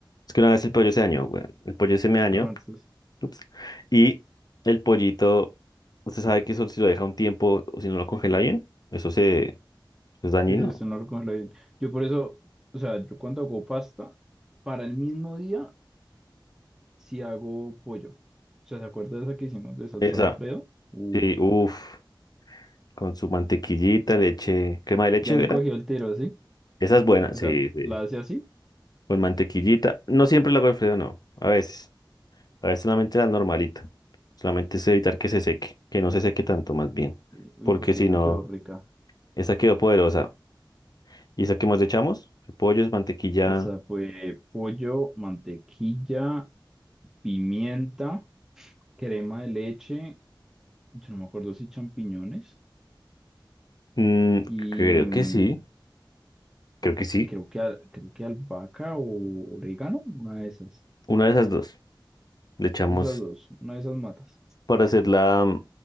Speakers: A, on the left; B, in the centre.
A: que una vez el pollo se dañó, güey. El pollo se me dañó,
B: Ah, entonces,
A: ups, y el pollito, usted sabe que eso si lo deja un tiempo o si no lo congela bien, eso se ¿Es dañino?
B: sí, sí, usted no lo coge bien. Yo por eso, o sea, yo cuando hago pasta, para el mismo día si hago pollo. O sea, ¿se acuerda de esa que hicimos de salsa
A: Esa,
B: de Alfredo? Uf,
A: sí, uff, con su mantequillita, leche, crema de leche,
B: ya le
A: ¿verdad?
B: cogió el tiro así.
A: Esa es buena,
B: O
A: sí,
B: sea,
A: sí.
B: la hace así.
A: Con mantequillita. No siempre la hago Alfredo, no. A veces. A veces solamente la normalita. Solamente es evitar que se seque, que no se seque tanto, más bien.
B: Uy, uy,
A: Porque
B: porque
A: si
B: esa
A: no,
B: quedó rica.
A: esa quedó poderosa. ¿Y esa que más le echamos? Pollo, es mantequilla.
B: Esa fue pollo, mantequilla, pimienta, crema de leche. Yo no me acuerdo si champiñones.
A: mm,
B: Y
A: creo que
B: mm,
A: sí, creo que sí.
B: creo que, al- creo que albahaca o orégano. Una de esas.
A: Una de esas dos. Le echamos
B: Esas dos. Una de esas matas.
A: para hacer la,